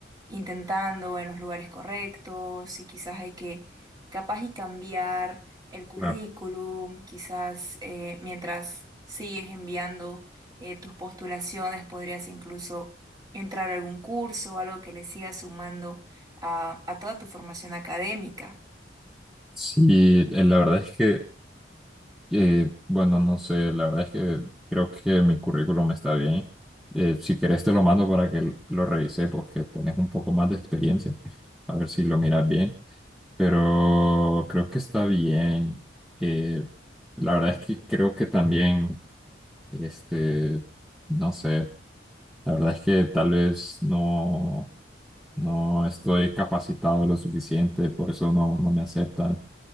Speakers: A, on the right; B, in the centre.
A: intentando en los lugares correctos, si quizás hay que capaz y cambiar el currículum,
B: Claro.
A: quizás eh, mientras sigues enviando eh, tus postulaciones, podrías incluso entrar a algún curso o algo que le siga sumando a, a toda tu formación académica.
B: Sí, eh, la verdad es que Eh, bueno, no sé, la verdad es que creo que mi currículum está bien. Eh, si quieres te lo mando para que lo revise porque tienes un poco más de experiencia. A ver si lo miras bien. Pero creo que está bien. Eh, la verdad es que creo que también... Este, no sé, la verdad es que tal vez no, no estoy capacitado lo suficiente, por eso no, no me aceptan.